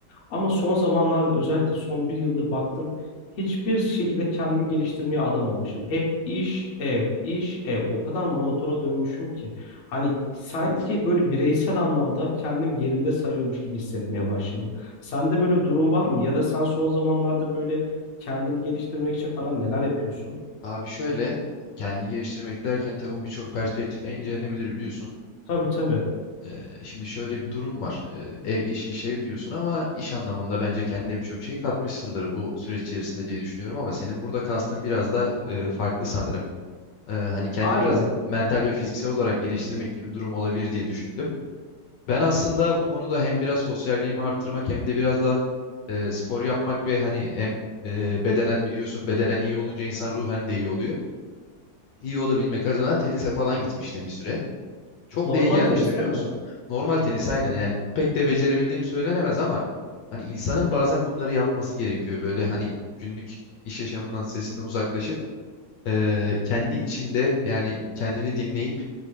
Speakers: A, on the left; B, on the left.
A: Ama son zamanlarda özellikle son bir yıldır baktım. Hiçbir şekilde kendimi geliştirmeye adamamışım. Hep iş, ev, iş, ev. O kadar monotona dönmüşüm ki. Hani sanki böyle bireysel anlamda kendim yerimde sayıyormuş gibi hissetmeye başladım. Sende böyle bir durum var mı? Ya da sen son zamanlarda böyle kendini geliştirmek için falan neler yapıyorsun?
B: Abi şöyle, kendini geliştirmek derken tabii bu birçok perspektifle incelenebilir biliyorsun.
A: Tabii tabii.
B: Ee, şimdi şöyle bir durum var. Ee, ev iş, iş ev diyorsun ama iş anlamında bence kendine birçok şey katmışsındır bu süreç içerisinde diye düşünüyorum ama senin burada kastın biraz da e, farklı sanırım. Ee, hani kendini
A: Aynen.
B: biraz mental ve fiziksel olarak geliştirmek gibi bir durum olabilir diye düşündüm. Ben aslında bu konuda hem biraz sosyalliğimi arttırmak hem de biraz da e, spor yapmak ve hani hem e, bedenen biliyorsun bedenen iyi olunca insan ruhen de iyi oluyor. İyi olabilmek adına tenise falan gitmiştim bir süre. Çok
A: Normal
B: da iyi gelmişti
A: tenis
B: biliyor
A: değil mi?
B: musun? Normal tenis aynen yani pek de becerebildiğim söylenemez ama hani insanın bazen bunları yapması gerekiyor. Böyle hani günlük iş yaşamından sesinden uzaklaşıp e, kendi içinde yani kendini dinleyip